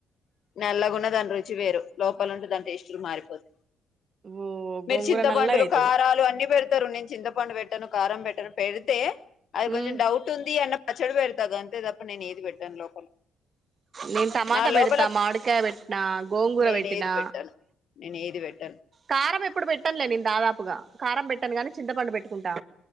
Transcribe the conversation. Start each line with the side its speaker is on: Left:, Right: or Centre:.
Left: నల్లగున్న దాని రుచి వేరు లోపల ఉంటే దాన్ని టేస్టు కూడా మారిపోత
Right: ఓ
Left: మీరు
Right: గోంగూర
Left: చింతపండులు
Right: నల్లగైతది
Left: కారాలు అన్ని పెడతారు నేను చింతపండు పెట్టను కారం పెట్టరు పెడితే అది
Right: మ్మ్
Left: కొంచెం డౌట్ ఉంది అన్న పచ్చడి పెడతా గంతే తప్ప నేను ఏది పెట్టను లోపల
Right: నేను టమాటా
Left: నా
Right: పెడతా
Left: లోపల
Right: మామి కాయ పెట్టిన గోంగూర
Left: నేను
Right: పెట్టినా
Left: ఏది పెట్టాను నేను ఏది పెట్టాను
Right: కారం ఎప్పుడు పెట్టనులే నేను దాదాపుగా కారం పెట్టను గాని చింతపండు పెట్టుకుంటా